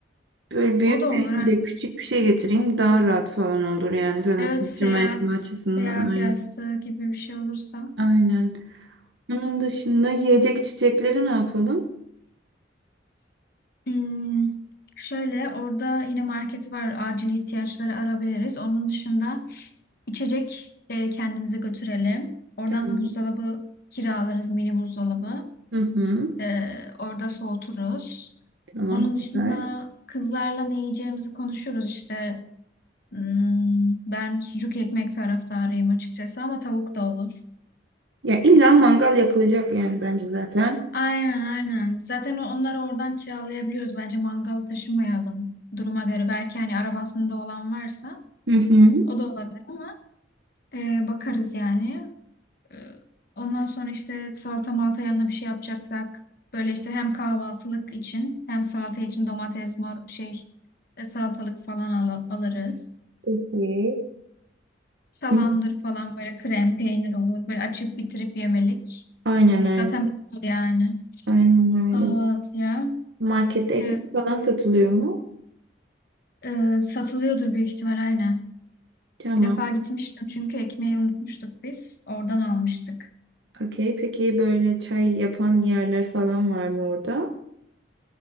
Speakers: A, on the right; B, on the left.
A: Böyle büyük
B: O da
A: değil
B: olur. aynen.
A: de küçük bir şey getireyim daha rahat falan olur yani zaten
B: Evet
A: taşıma
B: seyahat
A: etme açısından
B: seyahat
A: aynen.
B: yastığı gibi bir şey olursa.
A: Aynen. Onun dışında yiyecek içecekleri ne yapalım?
B: Hmm, şöyle orada yine market var. Acil ihtiyaçları arabiliriz. Onun dışında İçecek e, kendimize götürelim. Oradan
A: Tamam.
B: buzdolabı kiralarız, mini buzdolabı.
A: Hı hı.
B: E, orada soğuturuz.
A: Tamam
B: Onun dışında
A: süper.
B: kızlarla ne yiyeceğimizi konuşuyoruz işte. Hmm, ben sucuk ekmek taraftarıyım açıkçası ama tavuk da olur.
A: Ya illa mangal yakılacak yani bence zaten.
B: Aynen aynen. Zaten onları oradan kiralayabiliyoruz. Bence mangal taşımayalım duruma göre. Belki hani arabasında olan varsa
A: Hı hı.
B: o da olabilir ama e, bakarız yani. Ee, Ondan sonra işte salata malta yanına bir şey yapacaksak böyle işte hem kahvaltılık için hem salata için domates mor şey e, salatalık falan al alırız.
A: Okey.
B: Salamdır
A: Hı.
B: falan böyle krem peynir olur. Böyle açıp bitirip yemelik.
A: Aynen aynen.
B: Zaten bitir yani.
A: Aynen öyle.
B: Kahvaltıya.
A: Markette ekmek
B: Ee,
A: falan satılıyor mu?
B: e, satılıyordur büyük ihtimal aynen.
A: Tamam.
B: Bir defa gitmiştim çünkü ekmeği unutmuştuk biz. Oradan almıştık.
A: Okey. Peki böyle çay yapan yerler falan var mı orada?